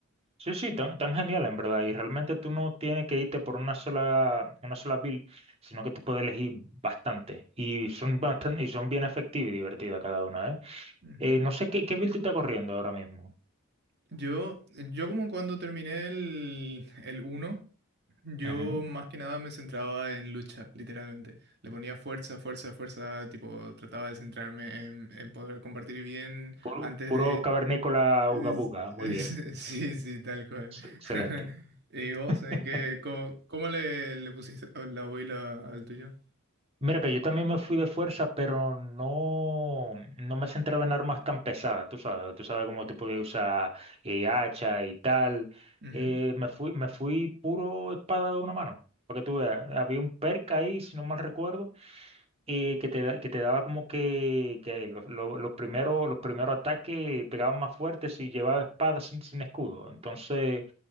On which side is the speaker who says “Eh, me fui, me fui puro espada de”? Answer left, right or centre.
Right